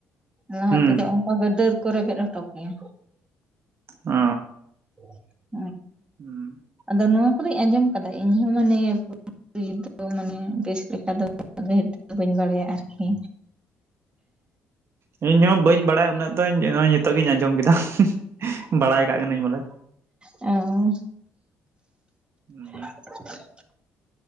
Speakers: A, on the right; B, on the right.
A: ᱞᱟᱦᱟ
B: ᱦᱩᱸ ᱦᱩᱸ
A: ᱛᱮᱫᱚ ᱚᱱᱠᱟ ᱜᱮ, ᱰᱟᱹᱨ ᱠᱚ ᱨᱮᱵᱮᱫ ᱦᱚᱴᱚ ᱠᱮᱭᱟ?
B: ᱚ,
A: <inaudible>
B: ᱦᱩᱸ,
A: ᱟᱫᱚ ᱱᱚᱣᱟ ᱠᱚᱫᱚᱧ ᱟᱸᱡᱚᱢ ᱠᱟᱫᱟ, ᱤᱧᱦᱚᱸ ᱢᱟᱱᱮ ᱯᱩᱨᱟᱹᱯᱩᱨᱤ ᱫᱚ, ᱢᱟᱱᱮ ᱵᱮᱥ ᱞᱮᱠᱟ ᱫᱚ ᱟᱫᱚ ᱦᱮᱛᱳᱜ ᱫᱚ, ᱵᱟᱹᱧ ᱵᱟᱲᱟᱭᱟ ᱟᱨᱠᱤ?
B: ᱦᱩ, ᱤᱧᱦᱚᱸ ᱵᱟᱹᱧ ᱵᱟᱲᱟᱭᱟ ᱩᱱᱟᱹᱜ ᱫᱚᱧ, ᱱᱤᱛᱚᱜ ᱜᱤᱧ ᱟᱸᱡᱚᱢ ᱠᱮᱫᱟ᱾ ᱵᱟᱲᱟᱭ ᱠᱟᱜ ᱠᱟᱹᱱᱟᱹᱧ ᱵᱚᱞᱮ
A: ᱮᱸ,
B: ᱦᱩᱸ,
A: <inaudible>